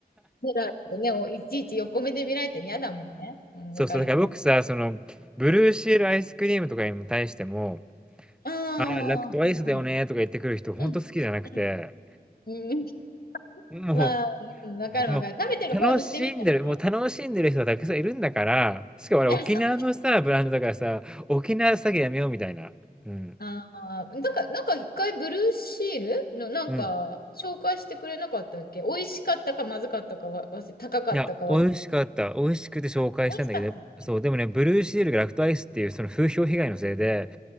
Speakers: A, on the left; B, in the centre.
A: そうだってね、おいちいち横目で見られたら嫌だもんね。うん、
B: そうそう、
A: わかるよ。
B: だから僕さ、その、ブルーシールアイスクリームとかに対しても、
A: ああ、
B: ああ、ラクトアイスだよねとか言ってくる人ほんと好きじゃなくて、
A: はいはい。うん。うん。うん
B: も
A: まあ、うん、わかるわかる。
B: う、もう、
A: 食べてる方にしてみたらね。
B: 楽しんでる、もう楽しんでる人はたくさんいるんだから、しかもあれ沖縄のさ、
A: いや、そう。
B: ブランドだからさ、沖縄詐欺やめようみたいな。うん。
A: ああ、なんか、なんか一回ブルーシールのなんか紹介してくれなかったっけ美味しかったかまずかったかわ、
B: うん。
A: 忘れ、高かったか忘れたけど。
B: いや、美味しかった。美味しくて紹介したんだけど、
A: あ、美味しかったんだっけ
B: そう、でもね、ブルーシールがラクトアイスっていうその風評被害のせいで、